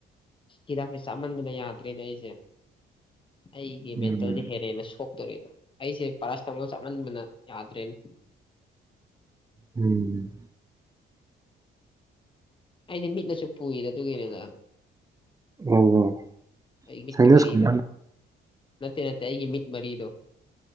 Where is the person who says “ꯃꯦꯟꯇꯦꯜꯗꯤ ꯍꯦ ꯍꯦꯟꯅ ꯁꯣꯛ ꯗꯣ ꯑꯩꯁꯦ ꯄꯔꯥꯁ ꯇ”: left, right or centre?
Left